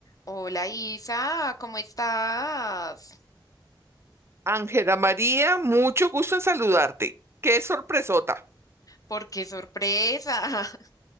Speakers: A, on the left; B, on the right.
A: Hola Isa, ¿cómo estás?
B: Ángela María, mucho gusto en saludarte. Qué sorpresota,
A: ¿Por qué sorpresa? <laughs>